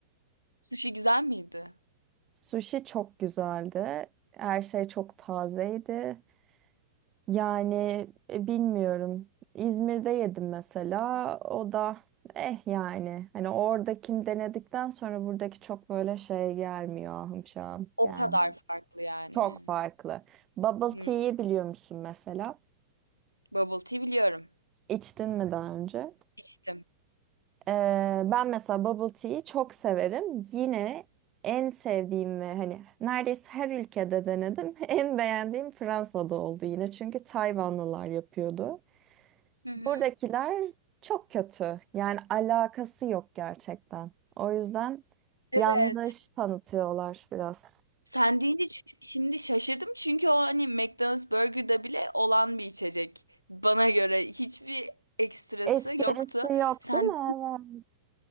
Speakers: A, on the left; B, on the right.
A: Sushi güzel miydi?
B: Sushi çok güzeldi. Her şey çok tazeydi. Yani e, bilmiyorum. İzmir'de yedim mesela. O da eh yani. Hani oradakini denedikten sonra buradaki çok böyle şey gelmiyor. Ahım şahım
A: O
B: gelmiyor.
A: kadar farklı yani.
B: Çok farklı. Bubble
A: Hmm.
B: tea'yi biliyor musun mesela?
A: Bubble tea biliyorum.
B: İçtin mi daha önce?
A: İçtim.
B: Ee, ben mesela bubble tea'yi çok severim. Yine en sevdiğim ve hani neredeyse her ülkede denedim. <laughs> En beğendiğim Fransa'da oldu yine. Çünkü Tayvanlılar yapıyordu.
A: Hı hı.
B: Buradakiler çok kötü. Yani alakası yok gerçekten. O yüzden
A: Evet.
B: yanlış tanıtıyorlar biraz.
A: Sen deyince çü- şimdi şaşırdım çünkü o hani McDonald's Burger'da bile olan bir içecek. Bana göre hiçbir ekstrası
B: Esprisi
A: yoktu.
B: yok
A: Sen
B: değil mi? Evet.